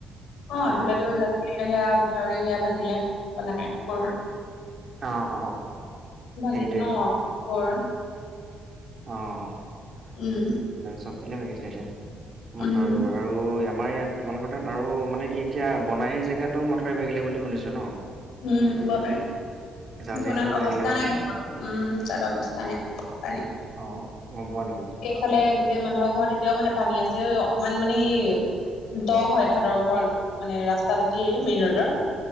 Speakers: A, on the left; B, on the right.
A: অ
B: উম,
A: এইফালেটো জানাই সেয়া মথাউৰি সেয়া ভাঙিলে বনাই আকৌ
B: অ অ
A: ভাগিলে
B: সেইটোৱে
A: ন ঘৰ
B: অ
A: উম
B: চবফিলে হৈ গৈছে এতিয়া
A: উম,
B: মথাৰিবোৰ আৰু আমাৰ ইয়াত, তোমালোকৰ তাত আৰু মানে কি এতিয়া বনাই জেগাটোও মথাওৰি ভাগিলে বুলি শুনিছো ন,
A: উম বনাই
B: জাঁজি
A: বন
B: নৈ ভাগিলে
A: অৱস্থা
B: বোলে
A: নাই হেখন। উম তাৰ অৱস্থা নাই কালি।
B: অ অ গম পোৱা নেকি।
A: ইফালে গোটেই মানুহৰ ঘৰত এতিয়াও মানে পানী আছে অকমান মানে ই দ হয় তাহাঁতৰ ঘৰ মানে ৰাস্তা তাটে মেইন ৰোডৰ